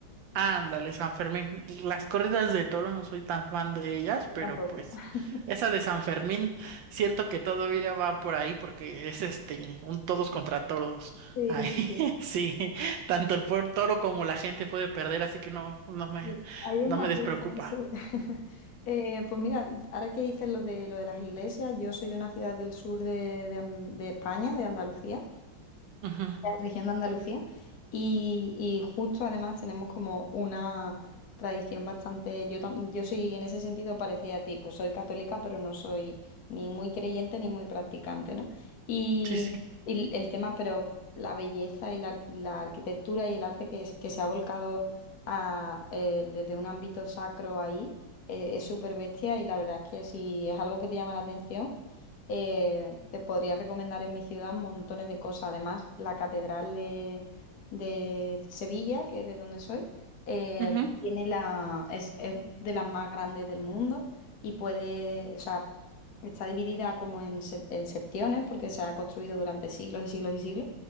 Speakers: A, on the right; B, on the left.
A: Ándale, San Fermín. Las corridas de toro no soy tan fan de ellas,
B: yo
A: pero
B: tampoco.
A: pues
B: <laughs>
A: esa de San Fermín siento que todavía va por ahí porque es este un todos contra todos.
B: Sí,
A: Ahí
B: sí, sí.
A: <laughs> sí, tanto el por toro como la gente puede perder, así que no, no me,
B: Sí, ahí es
A: no
B: más
A: me despreocupa.
B: justo, sí. <laughs> Eh, pues mira, ahora que dices lo de, lo de las iglesias, yo soy de una ciudad del sur de, de Am- de España, de Andalucía,
A: Ujú,
B: región de Andalucía. Y, y justo además tenemos como una tradición bastante, yo, tam- yo soy en ese sentido parecida a ti, pues soy católica, pero no soy ni muy creyente ni muy practicante, ¿no? Y,
A: Sí, sí.
B: y el tema, pero la belleza y la, ar- la arquitectura y el arte que, es, que se ha volcado a, eh, desde un ámbito sacro ahí, eh, es súper bestia y la verdad es que si es algo que te llama la atención. Eh, te podría recomendar en mi ciudad montones de cosas. Además, la Catedral de, de Sevilla, que es de donde soy, eh,
A: Ujú,
B: tiene la, es, es de las más grandes del mundo y puede, o sea, está dividida como en, se- en secciones porque se ha construido durante siglos y siglos y siglos.